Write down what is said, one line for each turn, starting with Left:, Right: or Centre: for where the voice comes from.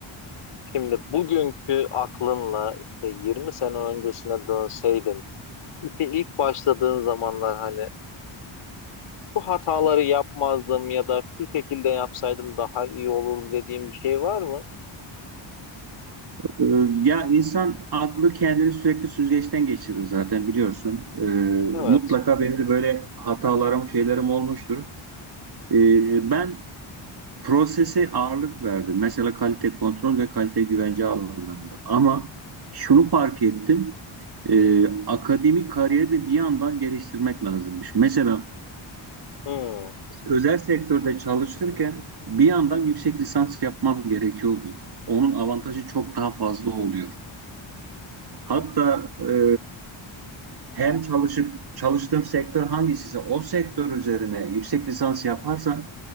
Left: şimdi bugünkü aklınla işte 20 sene öncesine dönseydin, işte ilk başladığın zamanlar hani şu hataları yapmazdım ya da şu şekilde yapsaydım daha iyi olur dediğim bir şey var mı?
Right: E, ya insan aklı kendini sürekli süzgeçten geçirir zaten biliyorsun. E,
Left: Evet.
Right: mutlaka benim de böyle hatalarım, şeylerim olmuştur. E, ben prosese ağırlık verdim. Mesela kalite kontrol ve kalite güvence alanlarında. Ama şunu fark ettim. E, akademik kariyeri de bir yandan geliştirmek lazımmış. Mesela
Left: Hmm. Hı
Right: özel sektörde çalışırken bir yandan yüksek lisans yapmam gerekiyordu. Onun avantajı çok daha fazla oluyor. Hatta e, hem çalışıp çalıştığım sektör hangisiyse o sektör üzerine yüksek lisans yaparsam